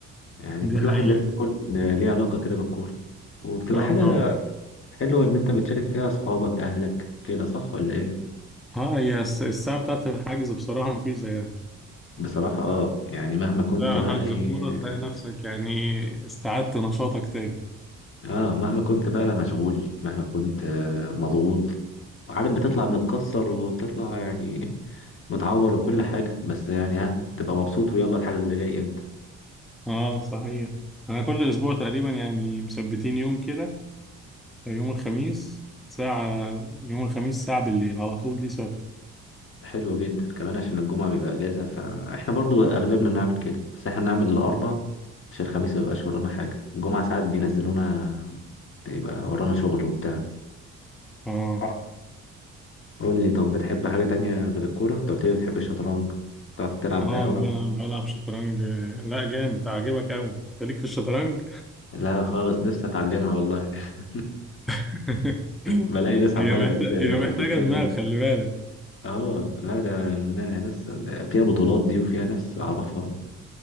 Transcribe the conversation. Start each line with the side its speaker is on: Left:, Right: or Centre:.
Left: يعني
Centre: دي
Left: كل
Centre: حقيقة
Left: واحد لازم يكون ليه علاقة كده بالكورة وبتبقى
Centre: اه
Left: حاجة
Centre: طبعا
Left: حلوة إن أنت بتشارك فيها أصحابك أهلك كده صح ولا إيه؟
Centre: اه هي الس- الساعة بتاعت الحجز بصراحة مفيش زيها
Left: بصراحة آه يعني مهما كنت
Centre: لا
Left: بقى
Centre: حجز
Left: إيه
Centre: كورة تلاقي نفسك يعني استعدت نشاطك تاني
Left: آه مهما كنت بقى مشغول مهما كنت آه، مضغوط وعارف بتطلع متكسر وبتطلع يعني متعور وكل حاجة بس يعني ها بتبقى مبسوط ويلا الحجز اللي جاي إمتى
Centre: اه صحيح انا كل اسبوع تقريبا يعني مثبتين يوم كده يوم الخميس ساعة يوم الخميس ساعة بالليل على طول دي ثابتة
Left: حلو جدا كمان عشان الجمعة بيبقى اجازة فاحنا برضو اغلبنا بنعمل كده بس احنا بنعمل الاربع عشان الخميس ما يبقاش ورانا حاجة الجمعة ساعات بينزلونا يبقى ورانا شغل وبتاع
Centre: اه
Left: آه. قول لي طب بتحب حاجة تانية غير الكورة؟ انت قلت لي بتحب الشطرنج بتعرف تلعب
Centre: اه
Left: بقى آه. أوي
Centre: بلعب بلعب شطرنج لا جامد عاجبك قوي انت ليك في الشطرنج
Left: لا خالص نفسي أتعلمها والله <laughs>
Centre: <laughs>
Left: بلاقي ناس عمالة
Centre: هي محتاجة
Left: بت...
Centre: هي محتاجة
Left: بتتكلم
Centre: دماغ خلي بالك
Left: اه لا ده ن- ناس فيها بطولات دي وفيها ناس أعرفها